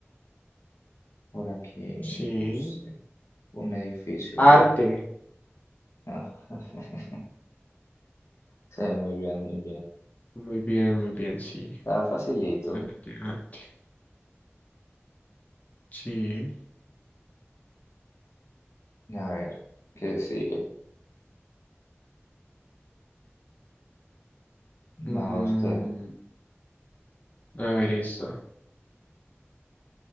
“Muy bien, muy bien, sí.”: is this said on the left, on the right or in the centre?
Left